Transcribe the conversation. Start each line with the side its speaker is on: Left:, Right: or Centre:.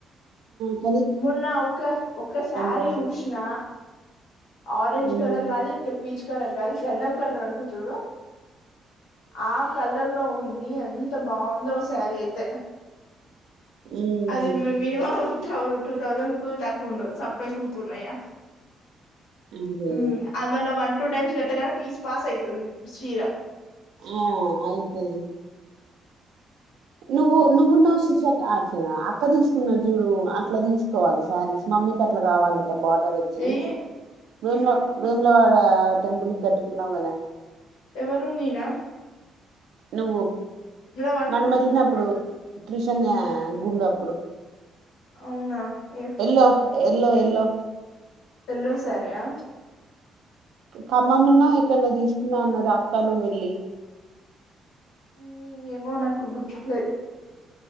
Right: ఉమ్మ్
Left: మొన్న ఒక్క ఒక్క శారీ
Right: డ్రెస్సెస్
Left: చుసిన ఆరెంజ్
Right: ఉమ్,
Left: కలర్ కాదు ఇక్కడ పీచు కలర్ కాదు గంధం కలర్ అంటరు చూడు ఆ కలర్ లో ఉంది ఎంత బావుందో అస్ తారి అయితే
Right: ఉమ్,
Left: అది మినిమం <unintelligible> టూ తౌసన్ కు తక్కువ ఉండదు సప్డై ఇంకున్నయా
Right: అదే
Left: ఉమ్మ్ అది మళ్ళ వన్ టూ టైమ్స్ కట్టగానే పీస్ పాస్ అయితుంది చీర
Right: ఆ అయితది నువ్వు నువ్వున్నవు <unintelligible> అక్క తీసుకున్నది చూడు అట్ల తీసుకోవాలి శారీస్ మమ్మీకి అట్ల కావాలి తే బార్డర్ వొచ్చి
Left: ఎయ్యి
Right: వేముల మేములవాడ టెంపుల్ కి గట్టుకున్నావ్ కదా
Left: ఎవరు నీనా
Right: నువ్వు
Left: వా
Right: మనం వెళ్ళినప్పుడు క్రిష్ అన్నయ్య గుండు అప్పుడు
Left: అవునా ఏ
Right: ఎల్లో ఎల్లో ఎల్లో
Left: ఎల్లో శారి యా
Right: ఖమ్మం లనో ఎక్కనో తీసుకున్నావ్ అన్నారు అక్క నువ్వు వెళ్లి
Left: మ్మ్ ఏమో నాకు గుర్తుకులేద్